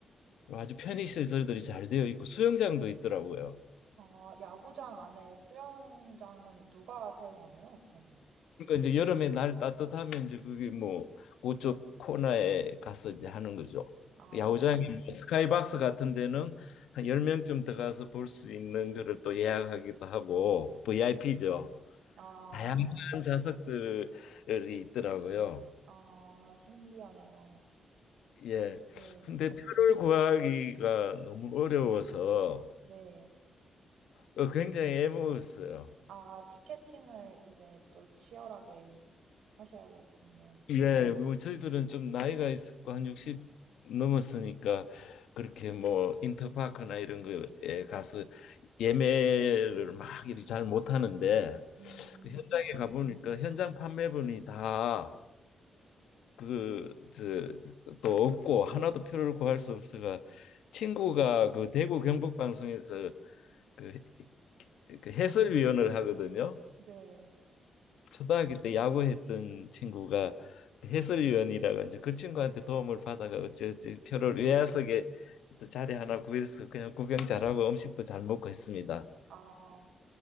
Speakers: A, on the left (about 85°); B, on the right (about 80°).
A: 아주 편의 시설들이 잘 되어 있고 수영장도 있더라고요.
B: 아, 야구장 안에 수영장은 누가 사용하나요, 그러면?
A: 그러니까 이제 여름에 날 따뜻하면 이제 그게 뭐 그쪽 코너에 가서 이제 하는 거죠.
B: 아,
A: 야구장이 뭐 스카이박스 같은 데는 한 10명쯤 들어가서 볼 수 있는 거를 또 예약하기도 하고 VIP죠.
B: 아,
A: 다양한 좌석들이 있더라고요.
B: 아, 신기하네요.
A: 예.
B: 네,
A: 근데 표를 구하기가 너무 어려워서
B: 네.
A: 어, 굉장히 애먹었어요.
B: 아, 티켓팅을 이제 또 치열하게 하셔야겠군요.
A: 예, 뭐 저희들은 좀 나이가 있고 한 60 넘었으니까 그렇게 뭐 인터파크나 이런 거에 가서 예매를 막 이리 잘 못하는데
B: 음,
A: 그 현장에 가보니까 현장 판매분이 다 그 저 또 없고 하나도 표를 구할 수 없어가 친구가 그 대구 경북 방송에서 그 해- 그 해설위원을 하거든요.
B: 네.
A: 초등학교 때 야구했던 친구가 해설위원이라고 이제 그 친구한테 도움을 받아가 어찌어찌 표를 외야석에 또 자리 하나 구해서 그냥 구경 잘하고 음식도 잘 먹고 했습니다.
B: 아하.